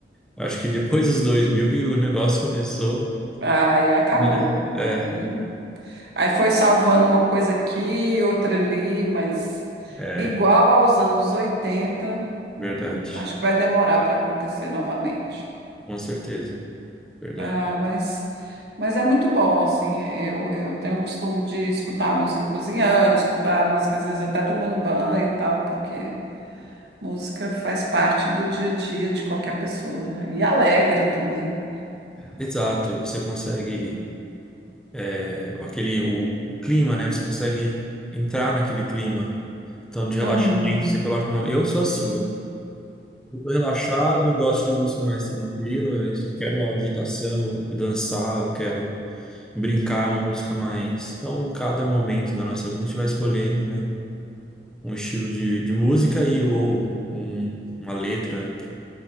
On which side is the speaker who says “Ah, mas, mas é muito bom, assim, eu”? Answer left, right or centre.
Right